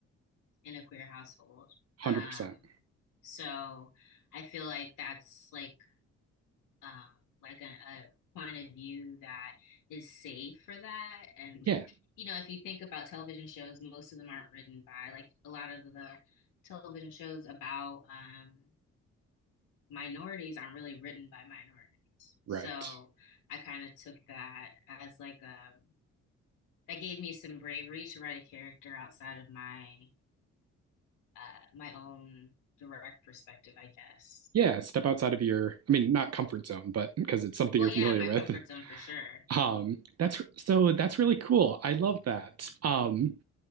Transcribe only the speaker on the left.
in a queer household.
Um, so I feel like that's like um, like a, a point of view that is safe for that. And
you know, if you think about television shows, most of them aren't written by like a lot of the television shows about um, minorities aren't really written by minorities.
So I kind of took that as like um that gave me some bravery to write a character outside of my uh, my own direct perspective, I guess.
Well,
yeah,
my
comfort
zone for sure.